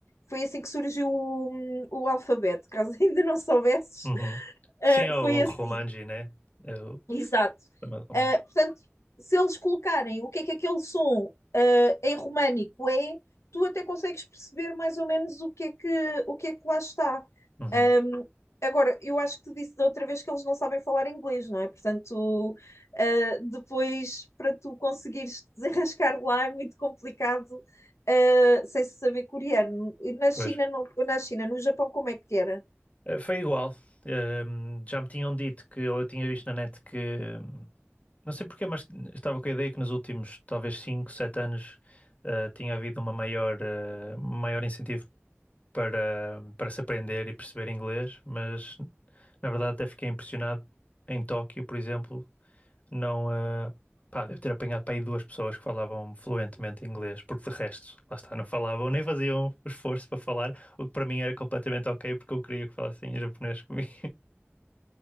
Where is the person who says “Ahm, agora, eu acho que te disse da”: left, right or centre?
Left